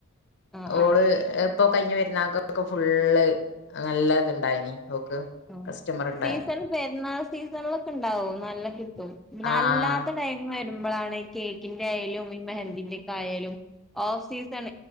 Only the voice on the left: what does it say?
ഓള്
എപ് ഇപ്പൊ കഴിഞ്ഞ പെരുന്നാക്കൊക്കെ ഫുള്ള് നല്ല ഇത് ഉണ്ടായിനി. ഓക്ക്
കസ്റ്റമർ ഇണ്ടായിന്.
ആഹ്
ആഹ്